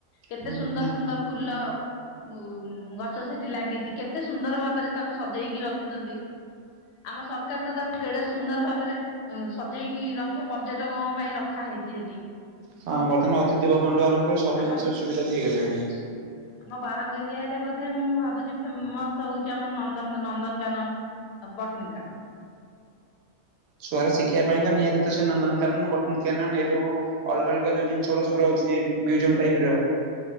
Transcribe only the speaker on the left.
କେତେ
ସୁନ୍ଦର
ସୁନ୍ଦର ଫୁଲ ଉ ଗଛ ସେଠି ଲାଗିଚି କେତେ ସୁନ୍ଦର ଭାବରେ ତାକୁ ସଜେଇକି ରଖିଚନ୍ତି ଆମ ସରକାର ତ ତାକୁ କେଡ଼େ ସୁନ୍ଦର ଭାବରେ ସଜେଇକି ରଖିବା ପର୍ଯ୍ୟଟକଙ୍କ ପାଇଁ ରଖା ହେଇଛି ସେଠି
ଆମ
ହଁ
ଆମ ବାରଙ୍ଗ ଏରିଆରେ ବୋଧେ ମୁଁ ଭାବୁଛି ଫେମସ୍ ହେଉଛି ଆମର ନନ୍ଦନ ନନ୍ଦନକାନନ ଆଉ ବଟନି କାନନ୍